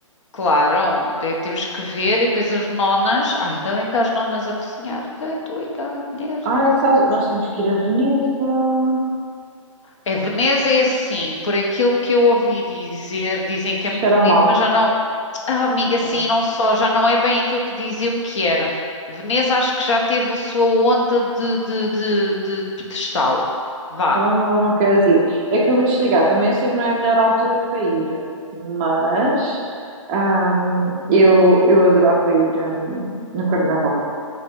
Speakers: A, on the left (about 60°); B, on the right (about 15°).
A: claro, te- temos que ver e depois as nonas, ai, ainda, ainda as nonas a cozinhar, é doida, mulher.
B: Ai, sabes, nós temos que ir a Veneza.
A: É, Veneza é assim, por aquilo que eu ouvi dizer, dizem que
B: Cheira
A: é muito bonito,
B: mal.
A: mas já não, ah, amiga, sim,
B: Ah,
A: não só, já não é bem aquilo que diziam que era. Veneza acho que já teve a sua onda de, de, de de pedestal. Vá.
B: Então não, não queres ir. É que eu vou desligar. Também eu sei que não é a melhor altura para ir, mas ahm, eu, eu adorava ir ahm, no Carnaval.